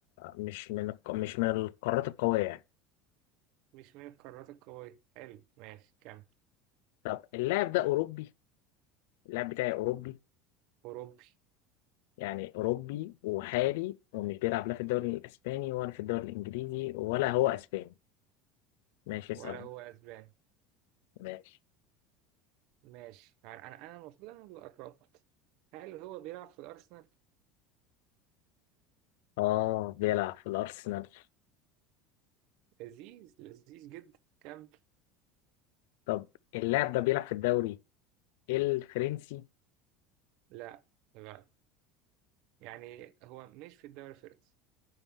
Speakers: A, on the left; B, on the right.
A: مش من الق- مش من القارات القوية يعني
B: مش من القارات القوية حلو ماشي كمل
A: طب اللاعب ده أوروبي اللاعب بتاعي أوروبي
B: أوروبي
A: يعني أوروبي وحالي ومش بيلعب لا في الدوري الأسباني ولا في الدوري الإنجليزي ولا هو أسباني ماشي اسأل
B: ولا هو أسباني
A: ماشي
B: ماشي يعني انا انا المفروض انا اللي قربت هل هو بيلعب في الارسنال
A: آه بيلعب في الأرسنال
B: لذيذ لذيذ جدا كم
A: طب اللاعب ده بيلعب في الدوري الفرنسي
B: لا لا يعني هو مش في الدوري الفرنسي